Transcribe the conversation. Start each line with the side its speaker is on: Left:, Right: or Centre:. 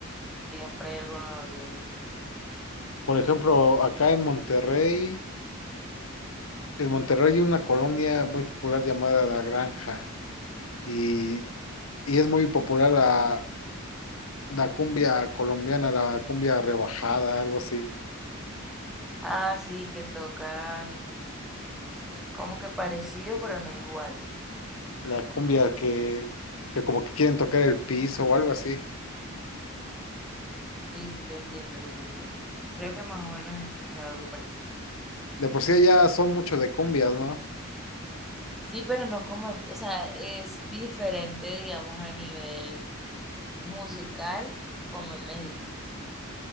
Centre: siempre hay algo nuevo, digo yo.
Left: Por ejemplo, acá en Monterrey, en Monterrey hay una colonia muy popular llamada La Granja y, y es muy popular la, la cumbia colombiana, la cumbia rebajada, algo así.
Centre: Ah, sí, que tocan como que parecido, pero no igual.
Left: La cumbia que, que como que quieren tocar el piso o algo así.
Centre: Sí, sí te entiendo, sí te entiendo. Creo que más o menos he escuchado algo parecido.
Left: De por sí ya son mucho de cumbias, ¿no?
Centre: Sí, pero no como, en- o sea, es diferente, digamos, a nivel musical como en México.